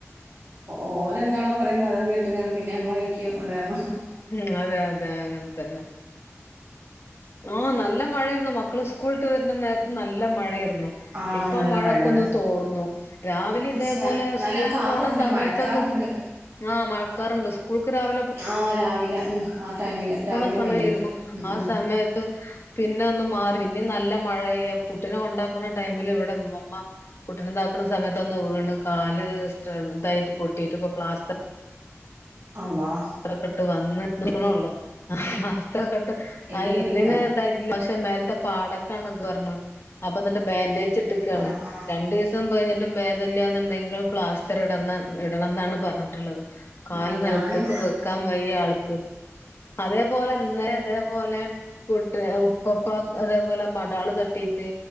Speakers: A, on the right; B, on the left.
A: ഓലെന്താണോ പറയുന്നത് അതണ് കേട്ട്കാണ്ട്, പിന്നെ നമ്മളെ വഴിക്ക് കൊണ്ടു വരണം.
B: ഉം അതെ അതെ അങ്ങൻതന്നെ. ആഹ് നല്ല മഴയിരുന്നു, മക്കള് സ്കൂൾട്ട് വര്ന്ന നേരത്ത് നല്ല മഴയിരുന്നു.
A: ആ
B: ഇപ്പം
A: നല്ല
B: മഴക്കൊന്ന്
A: മഴയാണ്
B: തോർന്നു. രാവിലിം
A: പക്ഷെ
B: ഇതേപോലെ
A: നല്ല
B: സ്കൂൾക്ക്
A: കാറുണ്ട്
B: പോണ സമയത്തൊക്കെ
A: മഴക്കാറുണ്ട്
B: ആഹ് മഴക്കാറ്ണ്ട് സ്കൂൾക്ക്‌ രാവിലെ പോ -
A: ആഹ് രാവിലെ ആഹ് ടൈമിന് രാവിലെ
B: പോണ സമയത്തിരുന്നു
A: വൈകിട്ട് ഉം
B: ആ
A: ഉം
B: സമയത്ത് പിന്നെ ഒന്ന് മാറി പിന്നിം നല്ല മഴയ്യ കുട്ടിനെ കൊണ്ടാക്കുന്ന ടൈമില് വടെമ്മമ്മ കുട്ടിനതാക്കുന്ന സമയത്തൊന്ന് വീണ്. കാല്തായിട്ട പൊട്ടിട്ട് ഇപ്പൊ പ്ലാസ്റ്റ
A: അള്ളാഹ്
B: റൊക്കെട്ട് വന്ന്നിക്ക്ണൊള്ളൂ. ആസ്റ്ററൊക്കെട്ട്
A: എല്ല്
B: ആ
A: പൊട്ടിക്കണോ
B: എല്ലിനെ തായിട്ടില്ല. പക്ഷെ മേൽത്തെ പാടക്കാണ് ത് പർണ്. അപ്പ ന്നട്ട് ബാൻഡേജ് ഇട്ട്ക്കാണ്.
A: ആ ആ
B: രണ്ടീസ് സം കയ്ഞ്ഞിട്ടും ഭേദല്യാന്നുണ്ടെങ്കിൽ പ്ലാസ്റ്റർ ഇട ഇടണംന്നാണ് പറഞ്ഞിട്ടുള്ളത് കാല്
A: ആ ഞാന്
B: നെൽത്ത്ക്ക് വെക്കാംവയ്യ ആൾക്ക്. അതേപോലെ ഇന്നലെതേപോലെ പുട്ട് ഉപ്പപ്പ അതേപോലെ മടാള് തട്ടിട്ട്